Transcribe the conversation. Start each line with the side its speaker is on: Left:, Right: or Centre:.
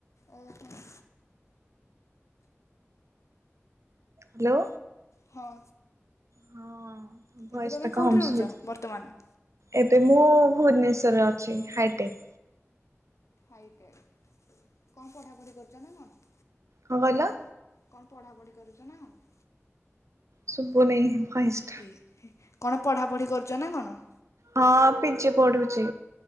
Left: ଓହୋ।
Right: ହ୍ଲୋ।
Left: ହଁ।
Right: ହଁ ଭଏସ
Left: ଏବେ ତମେ
Right: ଟା
Left: କଉଠି
Right: କମ୍
Left: ରହୁଛ
Right: ଶୁଭୁଛି।
Left: ବର୍ତ୍ତମାନ?
Right: ଏବେ ମୁଁ-ଉ ଭୂନେଶ୍ୱରରେ ଅଛି ହାଇଟେକ୍।
Left: ହାଇଟେଡ଼୍ କଣ ପଢ଼ାପଢ଼ି କରୁଛ ନା କଣ?
Right: କଁ କଇଲ?
Left: କଣ ପଢ଼ାପଢ଼ି କରୁଛ ନା କଣ?
Right: ସୁବୁନେଇଁ ଭଏସ୍।
Left: ଏଇ କଣ ପଢ଼ାପଢ଼ି କରୁଛ ନା କଣ?
Right: ହଁ ପିଜିି ପଢୁଚି